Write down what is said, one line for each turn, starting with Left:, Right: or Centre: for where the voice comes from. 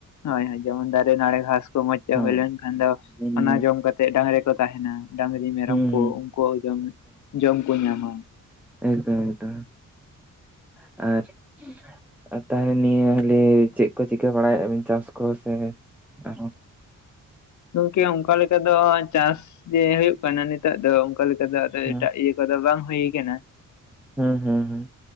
Left: ᱦᱳᱭ ᱦᱳᱭ ᱡᱮᱢᱚᱱ ᱫᱟᱨᱮ ᱱᱟᱹᱲᱤ ᱜᱷᱟᱥ ᱠᱚ ᱢᱚᱸᱡᱽ ᱛᱮ
Centre: ᱦᱮᱸ
Left: ᱦᱳᱭ ᱞᱮᱱᱠᱷᱟᱱ ᱫᱚ
Centre: ᱦᱩᱸ
Left: ᱚᱱᱟ
Centre: ᱦᱩᱸ
Left: ᱡᱚᱢ ᱠᱟᱛ ᱛᱮᱫ ᱰᱟᱦᱨᱮ ᱠᱚ ᱛᱟᱦᱮᱱᱟ ᱰᱟᱝᱨᱤ ᱢᱮᱨᱚᱢ
Centre: ᱦᱩᱸ
Left: ᱠᱚ
Centre: ᱦᱩᱸ
Left: ᱩᱱᱠᱩ ᱡᱚᱢ ᱡᱚᱢ ᱠᱳ ᱧᱟᱢᱟ
Centre: ᱮᱠᱴᱟ ᱮᱠᱴᱟ ᱟᱨ ᱟᱨ ᱛᱟᱦᱚᱞᱮ ᱱᱤᱭᱮᱹ ᱦᱚᱞᱮ ᱪᱮᱫ ᱠᱚ ᱪᱤᱠᱟᱹ ᱵᱟᱲᱟᱭᱮᱜᱟᱵᱤᱱ ᱪᱟᱥ ᱠᱚ ᱥᱮ ᱟᱨᱦᱚᱸ
Left: ᱜᱚᱝᱠᱮ ᱚᱱᱠᱟ ᱞᱮᱠᱟ ᱫᱚ ᱪᱟᱥ ᱡᱮ ᱦᱩᱭᱩᱜ ᱠᱟᱱᱟ ᱱᱤᱛᱚᱜ ᱫᱚ ᱚᱱᱠᱟ ᱞᱮᱠᱟ ᱫᱚ ᱟᱫᱚ
Centre: ᱦᱩᱸ
Left: ᱮᱴᱟᱜ ᱤᱭᱟᱹ ᱠᱚᱫᱚ ᱵᱟᱝ ᱦᱩᱭ ᱠᱟᱱᱟ
Centre: ᱦᱮᱸ ᱦᱮᱸ ᱦᱮᱸ